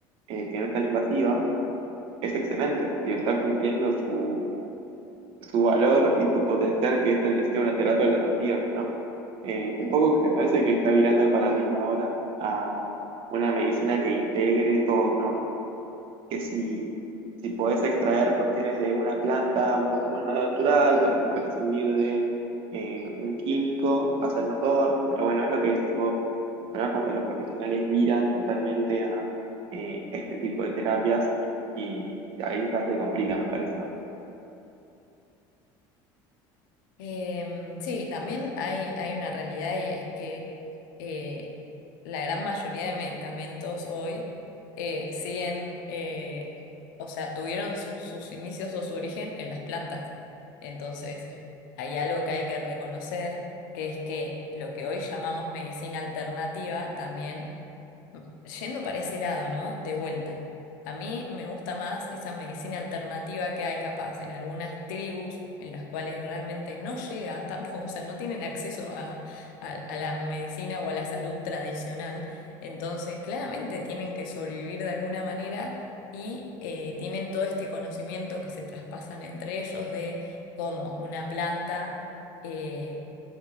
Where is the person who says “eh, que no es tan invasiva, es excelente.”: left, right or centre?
Right